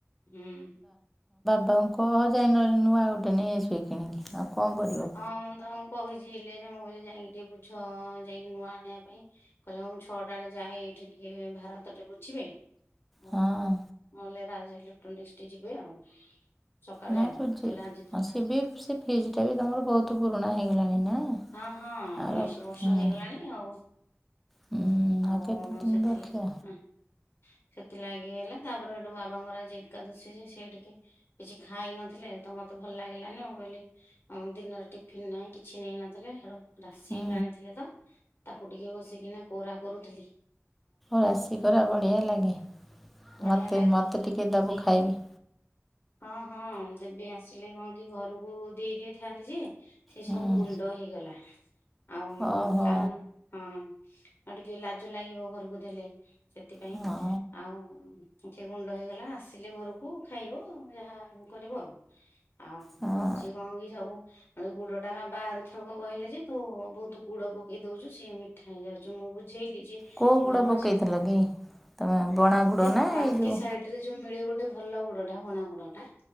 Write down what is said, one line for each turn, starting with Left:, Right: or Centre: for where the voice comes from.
Left: ହୁଁ।
Centre: ତାଙ୍କୁ କହ ଯାଇଁ ନହେଲେ ନୂଆ ଆଉ ଗୋଟେ ନେଇ ଆସିବେ କିଣିକି ଆଉ। କଣ କରିବ
Left: ହଁ ମୁଁ ତାଙ୍କୁ କହିଛି। ଥିଲେ ଯେ ମୁଁ କହିଲି ଯାଇଁକି ଟିକେ ବୁଝ ଯାଇଁକି ନୂଆ ଆଣିବା ପାଇଁ, କହିଲେ ହଉ ମୁଁ ଛଅଟା ବେଳେ ଯାଏ ଏଇଠି ଟିକେ ଏ ଭାରତରେ ବୁଝିବେ। ହଁଅଅ
Centre: ହଁ
Left: ନହେଲେ ରାଜ ଇଲେକ୍ଟ୍ରୋନିକ୍ସକି ଯିବେ ଆଉ। ସକାଳେ
Centre: ନାଇଁ
Left: ଆଉ କହିଲେ
Centre: <inaudible>
Left: ଆଜି ତ
Centre: ସେ ବି ସେ ଫ୍ରିଜଟା ବି ତମର ବହୁତ ପୁରୁଣା ହେଇଗଲାଣି ନା?
Left: ହଁ ହଁ
Centre: ଆଉ
Left: ଉଣେଇଶି
Centre: ରଖ
Left: ବର୍ଷ
Centre: ହୁଁ
Left: ହେଇଗଲାଣି ଆଉ।
Centre: ହୁଁ
Left: ଆଉ
Centre: କେତେ ଦିନ
Left: ସେଥିଲେ
Centre: ରଖିବ
Left: ହଁ। ସେଥିଲାଗି ହେଲା ତାପରେ ହେଠୁ ବାବାଙ୍କର ଆଜି ଏକାଦଶୀ ଯେ ସେ ଟିକେ କିଛି ଖାଇ ନଥିଲେ। ତ ମତେ ଭଲ ଲାଗିଲାନି, ମୁଁ କହିଲି ଅଁ ଦିନରେ ଟିଫିନ଼ ନାହିଁ କିଛି ନେଇ ନଥିଲେ ହେଡୁ ରାଶି
Centre: ହୁଁ
Left: ଆଣିଥିଲେ ତ ତାକୁ ଟିକେ ବସିକିନା କରୁଥିଲି‌।
Centre: ରାଶିିକୋରା ବଢ଼ିଆ ଲାଗେ,
Left: ବଢିଆ
Centre: ମୋତେ ମୋତେ ଟିକେ ଦେବୁ ଖାଇବି।
Left: ହଁ-ହଁ। ଏବେ ଆସିଲେ କଣ କି ଘରକୁ ଦେଇ ଦେଇଥାନ୍ତି ଯେ ସେ
Centre: ହୁଁ
Left: ସବୁ ଗୁଣ୍ଡ ହେଇଗଲା। ଆଉ
Centre: ଓହୋ
Left: କାରଣ, ହଁ ଆଉ ଟିକେ ଲାଜ ଲାଗିବ ଘରକୁ ଦେଲେ। ସେଥିପାଇଁ
Centre: ହଁ
Left: ଆଉ ଟିକେ ଗୁଣ୍ଡ ହେଇଗଲା ଆସିଲେ ଘରକୁ ଖାଇବ ‌ଆଉ। ଯାହା କରିବ ଆଉ, ଆଉ
Centre: ହଁ।
Left: ସିଏ କଣ କି ସବୁ ଗୁଡଟା ବାବା ଆରଥରକ କହିଲେ ଯେ ତୁ ବହୁତୁ ଗୁଡ ପକେଇ ଦଉଛୁ ସିଏ ମିଠା ହେଇଯାଉ ଯେ ଲିଜେ
Centre: କୋଉ ଗୁଡ଼
Left: ବାବା
Centre: ପକେଇଥିଲ
Left: ସେ
Centre: କି ତମେ ବଣା ଗୁଡ଼
Left: ସେ
Centre: ନା
Left: ବାଙ୍କି
Centre: ଏଇ ଯେଉଁ
Left: ସାଇଡ଼ରେ ରେ ଯୋଉ ମିଳେ ଗୋଟେ ଭଲ ଗୁଡଟା ବଣା ଗୁଡଟା